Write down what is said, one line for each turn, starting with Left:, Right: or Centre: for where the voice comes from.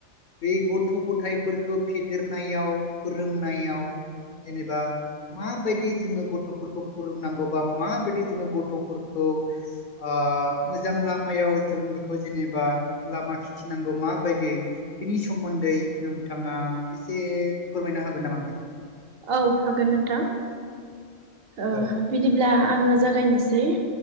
Left: बे गथ' गथायफोरखौ फेदेरनायाव फोरोंनायाव जेनेबा माबायदि जोङो गथ'फोरखौ फोरोंनांगौ बा माबायदि जोङो गथ'फोरखौ खौ ओ मोजां लामायाव जों बेखौ जेनेबा लामा खिथिनांगौ मा बायदियै बिनि सोमोन्दै नोंथाङा एसे फोरमायनो हागोन नामा नोंथां?
Right: औ हागोन नोंथां ओ
Left: औ
Right: बिदिब्ला
Left: दे
Right: आङो जागायनोसै। जै